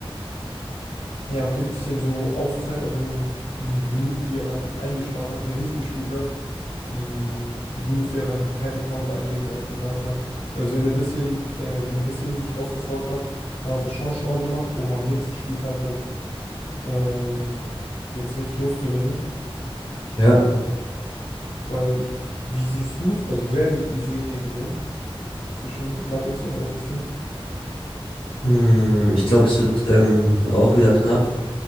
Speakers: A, on the left; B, on the left.
A: ja, okay, bisschen so Auszeit, also mh, die Minuten, die er dann eingespart hat, die er nicht gespielt hat, mh, für die musste er dann keine Pause einlegen. Ja, okay, da hat er, also wenn er deswegen, äh, wenn er deswegen sich rausgefault hat, dann hat er es schon schlau gemacht, um am nächsten Spieltag halt ähm, jetzt richtig loszulegen.
B: Ja.
A: Weil, wie siehst du es? Also wer wird die Serie gewinnen zwischen Nuggets und OKC?
B: Hm, ich glaube, es wird ähm, auch wieder knapp,